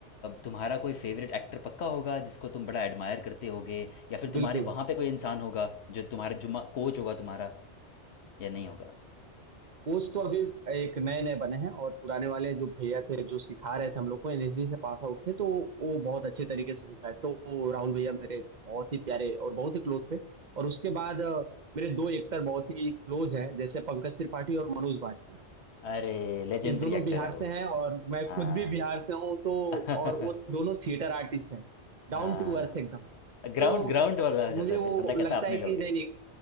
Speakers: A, on the left; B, on the right.
A: तुम्हारा कोई फेवरेट एक्टर पक्का होगा जिसको तुम बड़ा एडमायर करते होगे या फिर
B: बिल्कुल
A: तुम्हारे वहाँ पे कोई इंसान होगा जो तुम्हारा जुम्मा कोच होगा तुम्हारा या नहीं होगा
B: कोच तो अभी एक नए नए बने हैं और पुराने वाले जो भैया थे जो सिखा रहे थे हम लोग को एनएसडी से पास आउट थे तो वो बहुत अच्छे तरीके से सिखाए तो वो राहुल भैया मेरे बहुत ही प्यारे और बहुत ही क्लोज थे और उसके बाद अ, मेरे दो एक्टर बहुत ही क्लोज हैं जैसे पंकज त्रिपाठी और मनोज वाजपेयी
A: अरे लेजेंडरी
B: ये दोनों
A: एक्टर
B: बिहार
A: है वो
B: से हैं और मैं
A: हाँ
B: खुद भी बिहार से हूँ तो
A: <laughs>
B: और वो दोनों थिएटर आर्टिस्ट हैं डाउन
A: हाँ
B: टू अर्थ एकदम
A: ग्राउंड
B: तो
A: ग्राउंड वाला हो जाता
B: मुझे
A: है
B: वो
A: फिर बंदा कहता
B: लगता
A: है अपने
B: है
A: लोग
B: कि
A: हैं
B: नहीं नहीं